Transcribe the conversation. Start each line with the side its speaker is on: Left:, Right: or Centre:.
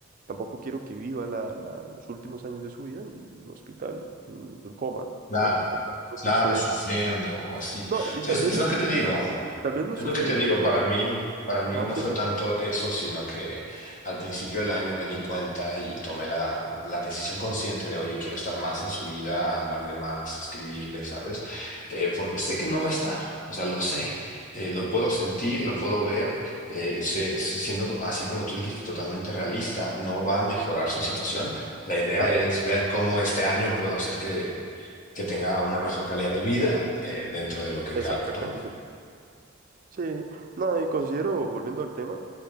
Right: Tampoco quiero que viva la- la- los últimos años de su vida en un hospital, en, en coma,
Left: Claro,
Right: ¿no? Comprendo
Left: claro,
Right: que eso es...
Left: sufriendo o así.
Right: No, y
Left: Entonces,
Right: tal vez
Left: es
Right: no
Left: lo
Right: sufriendo,
Left: que te digo.
Right: tal vez no
Left: Es
Right: sufriendo,
Left: lo que te digo,
Right: pero...
Left: para mí, para mí
Right: Ajá,
Left: no
Right: sí,
Left: fue
Right: sí,
Left: tanto eso, sino que al principio del año me di cuenta y tomé la, la decisión consciente de, oye, quiero estar más en su vida, hablarle más, escribirle, ¿sabes? Eh, porque sé que no va a estar, o sea, lo sé, eh, lo puedo sentir, lo puedo ver, eh, sé- siendo co- así como tú dijiste, totalmente realista, no va a mejorar su situación. La idea
Right: claro,
Left: es ver cómo este año puedo hacer que, que tenga una mejor calidad de vida, eh, dentro de lo que
Right: exactamente.
Left: cabe, ¿no?
Right: Sí, no, y considero, volviendo al tema,